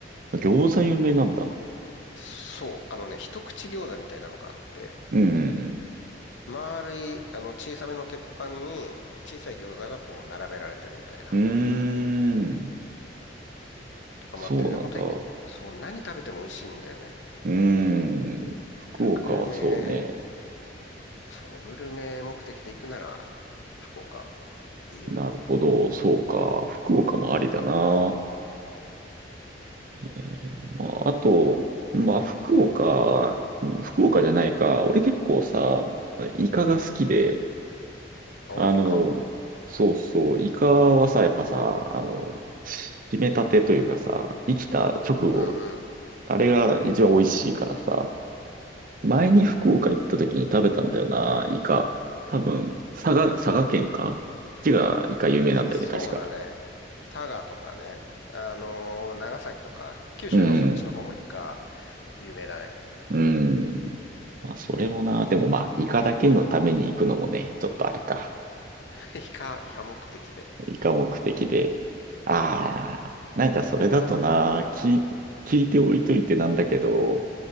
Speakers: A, on the right; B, on the left.
A: 餃子有名なんだ。
B: そう、あのね、一口餃子みたいなのがあって、
A: うん。
B: 丸い、あの、小さめの鉄板に、小さい餃子がこう、並べられてるみたいな、
A: うんうーん。
B: とかもあってね、
A: そうなんだ。
B: 本当にね、
A: う
B: そう、何食べても美味しいんだよね。
A: ーん。福岡はそうね。
B: だからグルメ、そう、グルメ目的で行くなら、福岡、いいよ。
A: なるほど。そうか。福岡もありだな。えーまあ、あと、まあ、福岡、福岡じゃないか。俺結構さ、イカが好きで、
B: あ、
A: あの、
B: イカ。
A: そうそう、イカはさ、やっぱさ、あの、締めたてというかさ、生きた直後、
B: うん
A: あれが一番美味しいからさ、前に福岡行った時に食べたんだよな、イカ。多分、佐賀、佐賀県かこっちがイカ有名なんだよね、
B: そうだね。
A: 確か。
B: 佐賀とかね。あのー長崎とか、九州のそっちの方もイカ、
A: うん、
B: 有名だね。
A: うん。まあ、それもな、でもまあ、イカだけのために行くのもね、ちょっとあれか。
B: <laughs> イカ、イカ目的で。
A: 以下目的で。ああ、なんかそれだとな、
B: あ、でうん。
A: き、聞いておいといてなんだけど、